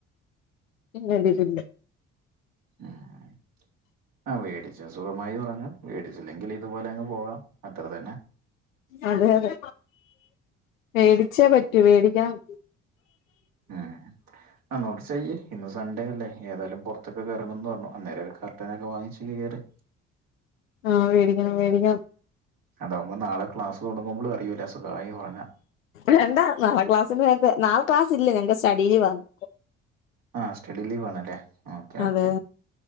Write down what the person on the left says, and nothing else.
ഇന്നെഴ്തിട്ടില്ല
അതെയതെ വേടിച്ചേ പറ്റൂ വേടിക്കണം.
ആഹ് വേടിക്കണം വേടിക
രണ്ടാണ് നാലാം ക്ലാസിന്ന് നേരത്തെ നാളെ ക്ലാസ്ല്ല്ല ഞങ്ങ്ക്ക് സ്റ്റഡി ലീവാന്ന്
അതെ